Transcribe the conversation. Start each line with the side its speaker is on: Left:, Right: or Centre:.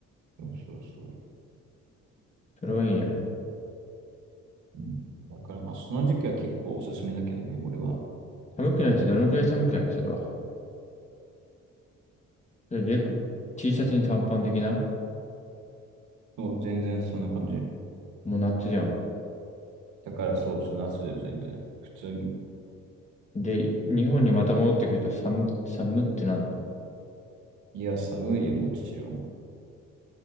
Right: そうそうそう。
Left: それはいいね。
Right: うん、だから、まあ、その時期は結構おすすめだけどね、俺は。
Left: 寒くないってどのくらい寒くないのそれは。それで、T シャツに短パン的な
Right: そう、全然そんな感じ。
Left: もう夏じゃん。
Right: だから、そう、夏よ、全然。普通に。
Left: で、日本にまた戻ってくると寒、寒ってなんの
Right: いや、寒いよ、もちろん。